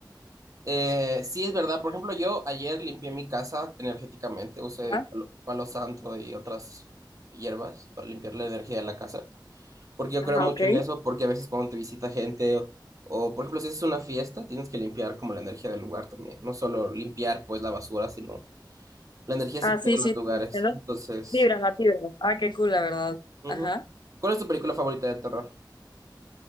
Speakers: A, on the right; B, on the left.
A: Eh, sí, es verdad. Por ejemplo, yo ayer limpié mi casa energéticamente, usé
B: Ajá,
A: palo, palo santo y otras hierbas para limpiar la energía de la casa, porque yo
B: ajá,
A: creo mucho
B: ok.
A: en eso, porque a veces cuando te visita gente o, o, por ejemplo, si es una fiesta, tienes que limpiar como la energía del lugar también, no solo limpiar pues la basura, sino la energía
B: Ah,
A: se queda
B: sí,
A: en
B: sí,
A: los lugares.
B: entiendo.
A: Entonces,
B: Vibras, la vibras. Ah, qué cool, la verdad.
A: ujú.
B: Ajá.
A: ¿Cuál es tu película favorita de terror?